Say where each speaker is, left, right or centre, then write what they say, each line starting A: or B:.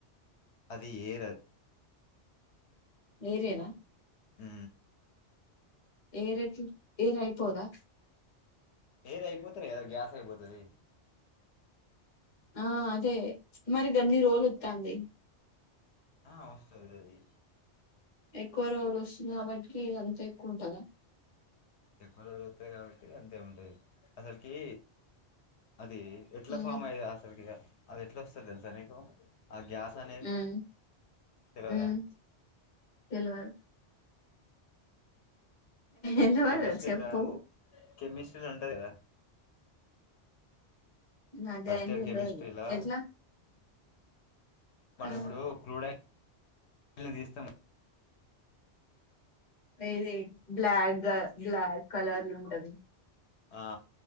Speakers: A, on the left; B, on the left.
A: అది ఏర
B: ఎయిర్ ఏ రా
A: మ్
B: ఏర్ ఎట్ల ఏర్ ఐపోదా
A: ఎయిర్ అయిపోతెనే కదా గ్యాస్ అయిపోతది
B: ఆ అదే మరి గన్ని రోజులు ఒత్తంది
A: ఆ వొస్తది అది
B: ఎక్కువ రోజులు వస్తుంది కాబట్టికి అంతా ఎక్కువ ఉంటందా
A: లిక్విడ్ వదుల్తది కాబట్టి అంతే ఉంటది అసల్కి అది ఎట్ల
B: ఉమ్
A: ఫామ్ అయి అసలుకి అది ఎట్ల వస్తద్ తెల్సా నీకు ఆ గ్యాస్ అనేది
B: ఉమ్
A: తెల్వదా
B: ఉమ్ తెలవదు తెలవదు
A: ఓ కెమిస్ట్రీ
B: చెప్పు
A: రా కెమిస్ట్రీలో ఉంటది కదా
B: నాకు
A: ఫస్ట్
B: గయన్ని
A: ఇయర్
B: తెలవదు
A: కెమిస్ట్రీలా
B: ఎట్లా
A: మనం
B: ఆ
A: ఇప్పుడు క్రూడై ఆయిల్ తీస్తాము
B: ఇది బ్లాక్గా బ్లాక్ కలర్లు ఉంటది
A: ఆ